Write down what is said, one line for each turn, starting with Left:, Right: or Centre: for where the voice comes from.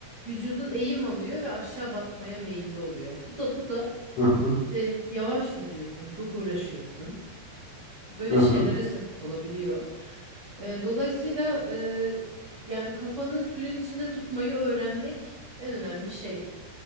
Right: vücudun eğim alıyor ve aşağı batmaya meyilli oluyor. Bu da, bu da
Left: Hı hı.
Right: işte yavaş yüzüyorsun, çok uğraşıyorsun. Böyle
Left: Hı
Right: şeylere
Left: hı.
Right: sebep olabiliyor. Ee, dolayısıyla e, yani kafanı suyun içinde tutmayı öğrenmek en önemli şey.